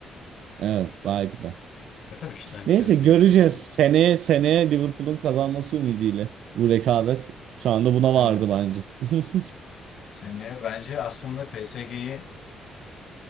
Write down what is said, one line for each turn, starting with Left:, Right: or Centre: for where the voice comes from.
Right: Evet belki de.
Left: Ve tabii kişiden kişiye
Right: Neyse
Left: de
Right: göreceğiz.
Left: değişebilir mi?
Right: Seneye seneye Liverpool'un kazanması ümidiyle. Bu rekabet şu anda buna
Left: Evet.
Right: vardı bence. <laughs>
Left: Seneye bence aslında PSG'yi